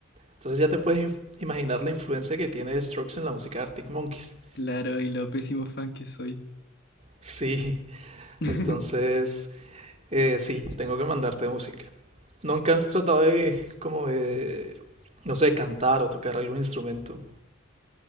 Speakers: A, on the right; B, on the left.
A: Entonces ya te puedes imaginar la influencia que tiene Strokes en la música de Arctic Monkeys.
B: Claro, y lo pésimo fan que soy.
A: Sí,
B: <laughs>
A: entonces eh, sí, tengo que mandarte música. ¿Nunca has tratado de, como de, no sé, cantar o tocar algún instrumento?